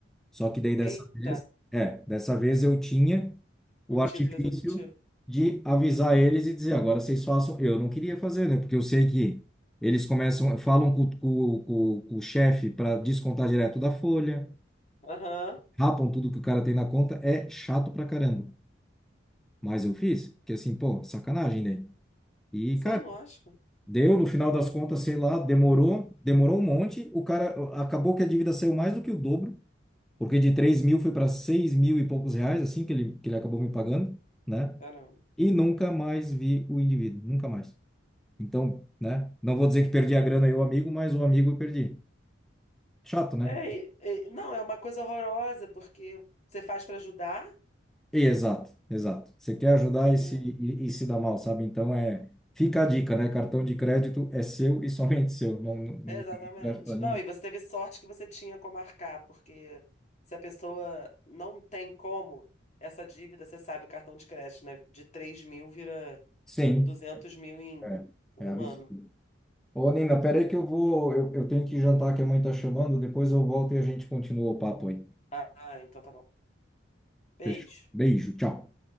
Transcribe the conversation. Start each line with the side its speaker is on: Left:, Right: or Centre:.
Centre: Só que daí dessa
Left: Eita,
Centre: vez, é, dessa vez eu tinha o
Left: um título
Centre: artifício
Left: executivo.
Centre: de avisar eles e dizer, agora vocês façam. Eu não queria fazer, né? Porque eu sei que eles começam, falam com, com, com, com o chefe para descontar direto da folha,
Left: Aham,
Centre: rapam tudo que o cara tem na conta, é chato pra caramba. Mas eu fiz, porque assim, pô, sacanagem, né? E,
Left: Sim,
Centre: cara,
Left: lógico.
Centre: deu no final das contas, sei lá, demorou, demorou um monte, o cara acabou que a dívida saiu mais do que o dobro. Porque de 3 mil foi para 6 mil e poucos reais, assim, que ele, que ele acabou me pagando, né?
Left: Caramba.
Centre: E nunca mais vi o indivíduo, nunca mais. Então, né? Não vou dizer que perdi a grana e o amigo, mas o amigo eu perdi. Chato, né?
Left: É, e- e- não, é uma coisa horrorosa, porque você faz para ajudar,
Centre: exato, exato. Você quer ajudar
Left: né?
Centre: e se, e, e se dá mal, sabe? Então, é... Fica a dica, né? Cartão de crédito é seu e somente seu. Não, não, não
Left: Exatamente.
Centre: empresta pra
Left: Não,
Centre: ninguém.
Left: e você teve sorte que você tinha como arcar, porque se a pessoa não tem como, essa dívida, você sabe, o cartão de crédito, né? De três mil vira.
Centre: Sim,
Left: duzentos mil em
Centre: é.
Left: um
Centre: É absurdo.
Left: ano.
Centre: Ô, Nina, peraí que eu vou... Eu, eu tenho que jantar que a mãe tá chamando. Depois eu volto e a gente continua o papo aí.
Left: Ah, ah, então tá bom. Beijo.
Centre: Fechou. Beijo, tchau.